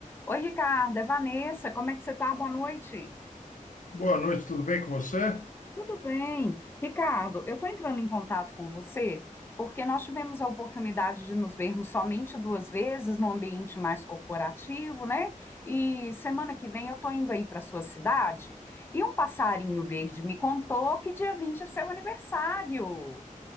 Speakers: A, on the left; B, on the left.
A: Oi, Ricardo, é Vanessa, como é que você tá? Boa noite.
B: Boa noite, tudo bem com você?
A: Tudo bem. Ricardo, eu estou entrando em contato com você porque nós tivemos a oportunidade de nos vermos somente duas vezes num ambiente mais corporativo, né? E semana que vem eu estou indo aí para sua cidade e um passarinho verde me contou que dia 20 é seu aniversário.